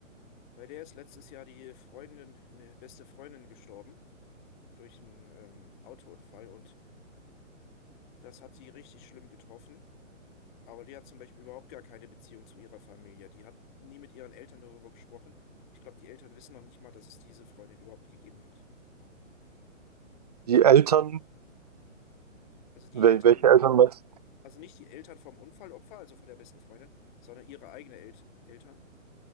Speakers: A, on the left (about 35°); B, on the right (about 30°).
A: bei der ist letztes Jahr die Freundin, eine beste Freundin gestorben durch einen ähm, Autounfall und das hat sie richtig schlimm getroffen. Aber die hat zum Beispiel überhaupt gar keine Beziehung zu ihrer Familie. Die hat nie mit ihren Eltern darüber gesprochen. Ich glaube, die Eltern wissen noch nicht mal, dass es diese Freundin überhaupt gegeben hat.
B: Die Eltern,
A: Also die
B: wel-
A: Eltern,
B: welche Eltern meinst du?
A: also nicht die Eltern vom Unfallopfer, also von der besten Freundin, sondern ihre eigenen El Eltern.